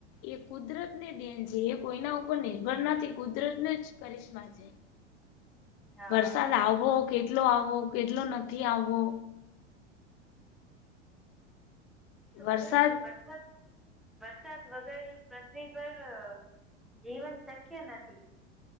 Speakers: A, on the left (about 35°); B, in the centre.
A: એ કુદરતને દેન છે, એ કોઈના ઉપર નિર્ભર નથી કુદરતને જ કરિશ્મા જ
B: હા
A: વરસાદ આવો, કેટલો આવો કેટલો નથી આવવો.
B: વગર
A: વરસાદ
B: વરસાદ બરસાત વગર પૃથ્વી પર, જીવન શક્ય નથી.